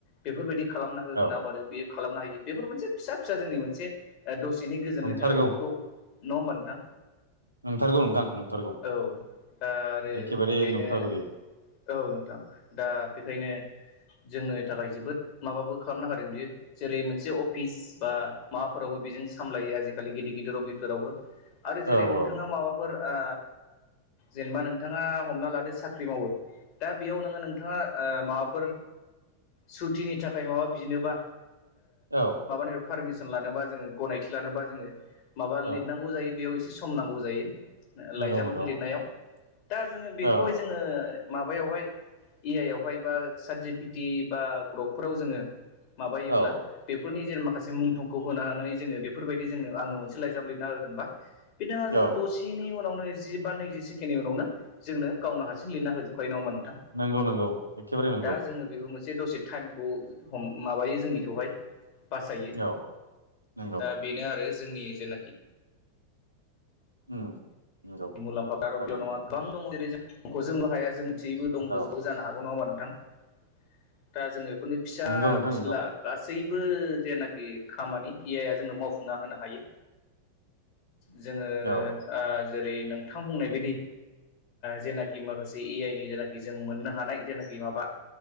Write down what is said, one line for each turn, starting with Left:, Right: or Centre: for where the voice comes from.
Left: बेफोरबायदि खालामना हो होनना
Right: औ
Left: बेयो खालामनो हायो बेफोर मोनसे फिसा फिसा जोंनि मोनसे दसे एनि गोजोननायनि
Right: नंथारगौ
Left: थाखाय बेफोरखौ नङा होमबा नोंथां
Right: नंथारगौ नोंथां नंथारगौ
Left: औ दा आरो
Right: एखेबारे
Left: बेनो
Right: नंथारगौ बेयो
Left: औ नोंथां दा बेखायनो जोंनि थाखाय जोबोद माबाबो खालामनो हादों बियो जेरै मोनसे अफिस बा माबाफोरावबो बेजों सामलायो आजिखालि गिदिर गिदिर गिदिराव अफिस फोरावबो आरो जेरै
Right: औ
Left: नोंथाङा
Right: औ
Left: माबाफोर ओ जेनेबा नोंथाङा हमना लादो साख्रि मावो दा बेयाव नोङो नोंथाङा माबाफोर सुतिनि थाखाय माबा बिनोबा
Right: औ
Left: माबानि पारमिसन लानोबा जोङो गनायथि लानोबा जोङो माबा लिरनांगौ
Right: औ
Left: जायो बेयाव एसे सम नांगौ जायो लाइजामफोर
Right: नंगौ नंगौ
Left: लिरनायाव दा जोङो बेखौहाय
Right: औ
Left: जोङो माबायावहाय ए आइ आवहाय बा सारजि पिटि बा ग्रपफोराव जोङो माबायोब्ला
Right: औ
Left: बेफोरनि जि माखासे मुं थं खौ होनानै जोङो बेफोरबायदि जोंनो आंनो मोनसे लाइजाम लिरना हो होनबा बिथाङा जोङो
Right: औ
Left: दसेनि उनावनो जि बा नैजि सेकेण्डनि उनावनो जोंनो गावनो हारसिं लिरना होजोबखायो नङा होमबा नोंथां
Right: नंगौ नंगौ एखेबारे नंगौ
Left: दा जोङो बेबो मोन से दसे टाइमखौ माबायो जोंनिखौहाय बासायो
Right: औ नंगौ
Left: दा बेनो आरो जोंनि जेनाखि
Right: उम नंगौ
Left: मुलाम्फा
Right: नंथारगौ
Left: आरो बेल' नङा
Right: नोंथां
Left: गोबां दङ जरै जोंंखौ जोंल' हाया जों मिथियैबो दंबोजोबो
Right: औ
Left: जानो हागौ नङा होनबा नोंथां दा जोङो बेफोरनि फिसा
Right: नंगौ नोंथां
Left: फिला
Right: नंगौ
Left: गासै बो जेनाखि खामानि ए आइ आ जोंनो मावफुंना होनो हायो जोङो
Right: औ
Left: जेरै नोंथां बुंनाय बायदि जेनाखि माखासे ए आइ नि जेनाखि जों मोननो हानाय जेनाखि माबा